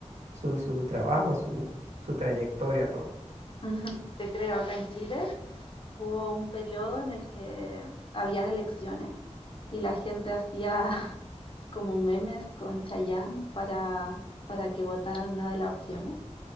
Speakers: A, on the right; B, on the left.
A: su, su trabajo, su, su trayectoria, todo.
B: Ujú. Te creo, acá en Chile hubo un periodo en el que habían elecciones y la gente hacía <laughs> como memes con Chayanne para, para que votaran una de las opciones